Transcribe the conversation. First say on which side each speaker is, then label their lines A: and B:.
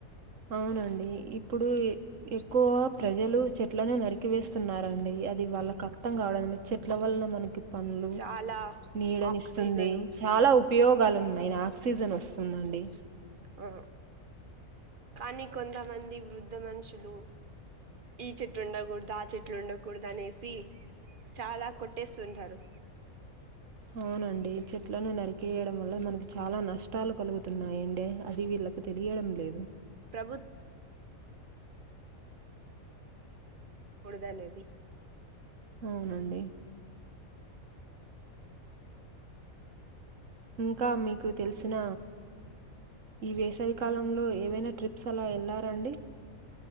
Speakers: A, on the right; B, on the right.
A: అవునండి ఇప్పుడు ఎక్కువ ప్రజలు చెట్లను నరికివేస్తున్నారండి అది వాళ్ళకి అర్థం కావడంలే చెట్ల వలన మనకి పండ్లు,
B: చాలా
A: నీడనిస్తుంది
B: ఆక్సిజను
A: చాలా ఉపయోగాలు ఉన్నాయి ఆక్సిజన్ వస్తుందండి
B: ఆ కానీ కొంతమంది వృద్ధ మనుషులు ఈ చెట్లు ఉండకూడదు ఆ చెట్లు ఉండకూడదు అనేసి చాలా కొట్టేస్తుంటారు
A: అవునండి చెట్లను నరికేయడం వల్ల మనకి చాలా నష్టాలు కలుగుతున్నాయండి అది వీళ్ళలకు తెలియడం లేదు
B: ప్రభుత్ బుడద అనేది
A: అవునండి ఇంకా మీకు తెలిసిన ఈ వేసవి కాలంలో ఏవైనా ట్రిప్స్ అలా వెళ్ళారండి